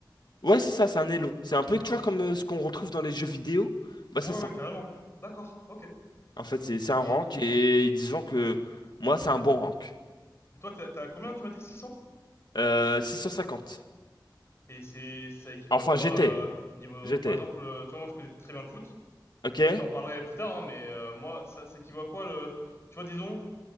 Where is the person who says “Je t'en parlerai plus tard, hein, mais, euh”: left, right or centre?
Left